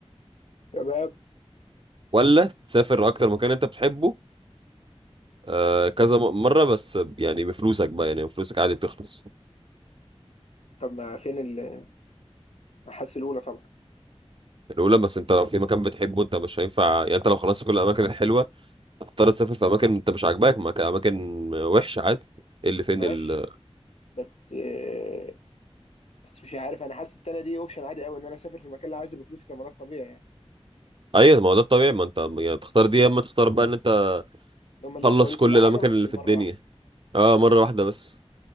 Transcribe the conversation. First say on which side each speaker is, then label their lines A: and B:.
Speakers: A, on the left; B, on the right.
A: شباب
B: ولا تسافر اكتر مكان انت بتحبه آه كذا م- مرة بس يعني بفلوسك بقى يعني فلوسك عادي بتخلص
A: طب ما فين ال- حاسس الاولى طبعا
B: الأولى بس انت لو في مكان بتحبه انت مش هينفع يعني انت لو خلصت كل الأماكن الحلوة هتضطر تسافر في أماكن انت مش عاجباك مك- أماكن وحشة عادي ايه اللي فين
A: ماشي
B: ال
A: بس آه، بس مش عارف انا حاسس التانية دي اوبشن عادي قوي ان انا اسافر في المكان اللي عايزه بفلوسي ده مرات طبيعي يعني.
B: أيوة ما هو ده الطبيعي ما انت يعني تختار دي يا اما تختار بقى ان انت
A: ان هم اللي
B: تخلص
A: يدفعوا لي كل
B: كل
A: حاجه
B: الأماكن
A: بس
B: اللي
A: مره
B: في الدنيا
A: واحده
B: اه مرة واحدة بس